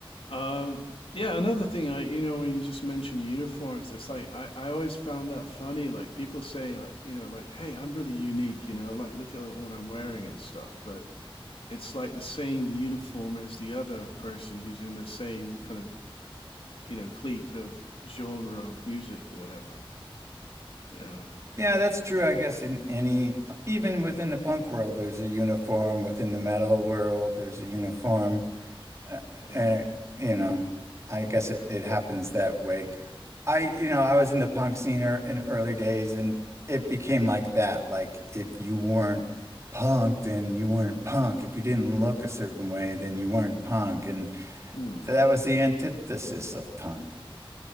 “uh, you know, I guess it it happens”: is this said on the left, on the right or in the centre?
Right